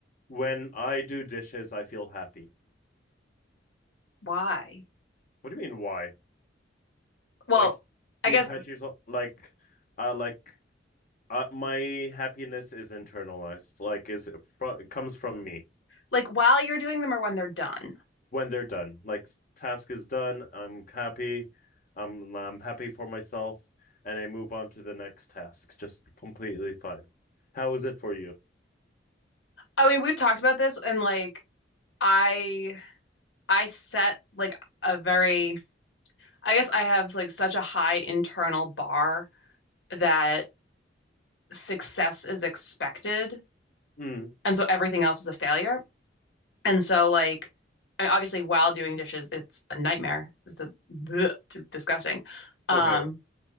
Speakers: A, on the left; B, on the left.
A: when I do dishes, I feel happy.
B: Why?
A: What do you mean, why?
B: Well,
A: Like,
B: I
A: do
B: guess
A: you pat yourself, like, uh, like, uh, my happiness is internalized. Like is it fro- it comes from me
B: like while you're doing them or when they're done.
A: when they're done. Like task is done, I'm happy. I'm I'm happy for myself and I move on to the next task. Just completely fine. How is it for you?
B: I mean, we've talked about this and like I I set like a very I guess I have like such a high internal bar that success is expected
A: Mm,
B: and so everything else is a failure. And so like I obviously while doing dishes, it's a nightmare. It's a bleh, just disgusting. Um,
A: okay.